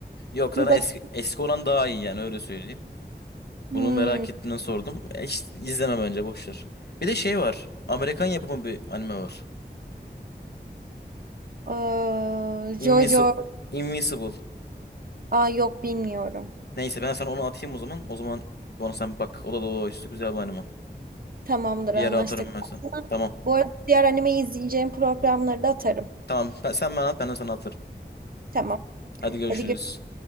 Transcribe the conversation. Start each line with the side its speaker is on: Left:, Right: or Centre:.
Left: Yok zaten
Right: Bir bak.
Left: eski, eski olan daha iyi yani öyle söyleyeyim.
Right: Hmm.
Left: Bunu merak ettiğinden
Right: <laughs>
Left: sordum. E, hiç izleme bence boş ver. Bir de şey var. Amerikan yapımı bir anime var.
Right: Ee,
Left: Invincible.
Right: Jojo.
Left: Invincible.
Right: Aa, yok bilmiyorum.
Left: Neyse ben sana onu atayım o zaman. O zaman onu sen bak. O da dolu üstü güzel bir anime.
Right: Tamamdır
Left: Bir
Right: anlaştık.
Left: yere atarım ben sana.
Right: Sana
Left: Tamam.
Right: Bu arada diğer animeyi izleyeceğim programları da atarım.
Left: Tamam. Ben- sen bana at ben de sana atarım.
Right: Tamam.
Left: Hadi görüşürüz.
Right: Hadi